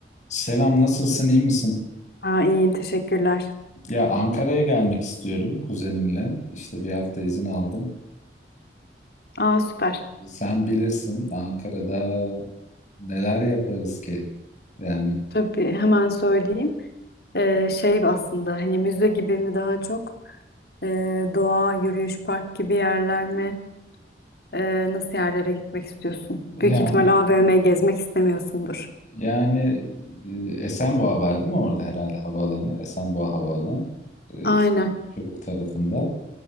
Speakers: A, on the left; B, on the left.
A: Selam, nasılsın, iyi misin?
B: Aa, iyiyim teşekkürler.
A: Ya Ankara'ya gelmek istiyorum kuzenimle. İşte bir hafta izin aldım.
B: Aa süper.
A: Sen bilirsin Ankara'da neler yaparız ki? Yani
B: Tabii hemen söyleyeyim. Ee, şey aslında hani müze gibi mi daha çok Ee, doğa, yürüyüş, park gibi yerler mi? Ee, nasıl yerlere gitmek istiyorsun?
A: yani
B: Büyük ihtimal AVM gezmek istemiyorsundur.
A: yani e, Esenboğa var değil mi orada herhalde havaalanı? Esenboğa Havaalanı. e,
B: Aynen,
A: Ç- Çubuk tarafında.